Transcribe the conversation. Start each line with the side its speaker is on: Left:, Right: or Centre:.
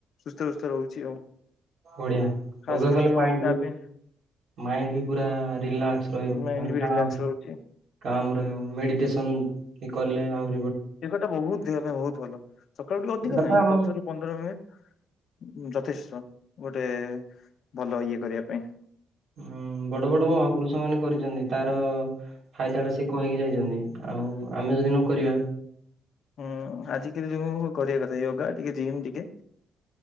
Left: <unintelligible> ସୁସ୍ଥ ରହୁଛି ଆଉ।
Right: ଅଢିଆ
Left: ଖାସ
Right: ଯୋଗ
Left: କରିକି
Right: କଲେ ମାଇଣ୍ଡ
Left: ଅଣ୍ଟା
Right: ବି
Left: ପେନ୍
Right: ମାଇଣ୍ଡ ବି ପୁରା ରିଲାକ୍ସ ରହିବ
Left: ମାଇଣ୍ଡ
Right: ହାଲକା
Left: ବି ରିଲାକ୍ସ ରହୁଛି
Right: କାମ ରହିବ ମେଡିଟେସନ ବି କଲେ ଆଉ
Left: ଯୋଗଟା ବହୁତ ଦେହ ପାଇଁ ବହୁତ ଭଲ ସକାଳୁ ଟିକ ଅଧିକ
Right: ଏଇଟା
Left: ନାହିଁ
Right: ତ ଆମ ହୁଁ
Left: ଦଶରୁ ପନ୍ଦର ମିନିଟ ଯଥେଷ୍ଟ ଗୋଟେ ଭଲ ଇଏ କରିବା ପାଇଁ।
Right: ହୁଁ ବଡ ବଡ ମହାପୁରୁଷ ମାନେ କରିଛନ୍ତି ତାର ଫାଇଦାଟା ସେ କହିକି ଯାଇଛନ୍ତି ଆଉ ଆମେ ଯଦି ନ କରିବା।
Left: ହୁଁ ଆଜିକାଲି ଯୋଉ କରିବା କଥା ୟୋଗା ଟିକେ ଜିମ୍ ଟିକେ